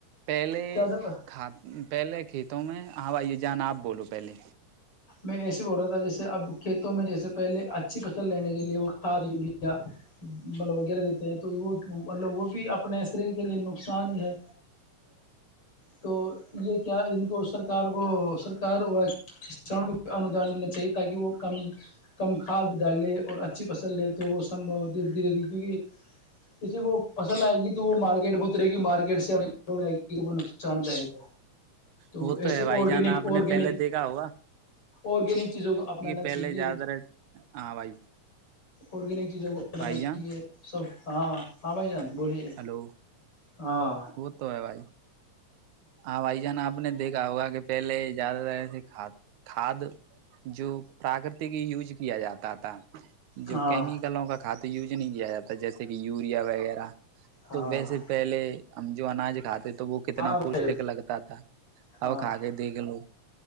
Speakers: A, on the right; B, on the left.
A: پہلے
B: زیادہ
A: ک پہلے کھیتوں میں ہاں بھائی یہ جانا آپ بولو پہلے
B: میں ایسے بول رہا تھا جیسے اب کھیتوں میں جیسے پہلے اچھی فصل لینے کے لیے وہ کھاد یوریا مطلب وغیرہ دیتے ہیں تو وہ مطلب وہ بھی اپنے شریر کے لیے نقصان ہی ہے تو یہ کیا ان کو سرکار کو سرکار کو اندان ملنا چاہیے تاکہ وہ کم کم کھاد ڈالے اور اچھی فصل لے تو وہ سمبھ دھیرے دھیرےے کیونکہ کسی کو فصل آئے گی تو وہ مارکیٹ میں اترے گی مارکیٹ سےئے گی وہ نقصان دائک ہے
A: وہ
B: ایسے
A: تو ہے بھائی
B: آرگینک
A: جان آپ
B: آرگینک
A: نے پہلے دیکھا ہو
B: آرگینک چیزوں کو اپنانا
A: پہلے
B: چاہیے
A: زیادہ تر، ہاں بھائی
B: آرگینک چیزوں کو اپنانا
A: بھائی جان
B: چاہیے سب ہاں ہاں بھ جان بولیے
A: ہلو
B: ہاں
A: وہ تو ہے بھائی ہاں بھائی جان آپ نے دیکھا ہوگا کہ پہلے زیادہ تر کھاد جو پراکرتک ہی یوز کیا جاتا تھا جو
B: ہاں
A: کیمکلوں کا کھاتا تو یوج نہیں کیا جاتا جیسے کہ یوریا وغیرہ
B: ہاں
A: تو ویسے پہلے ہم جو اناج کھاتے تو وہ کتنا
B: ہاں بھائی
A: پوشٹک لگتا تھا
B: ہاں
A: اب کھ کے دیکھ لو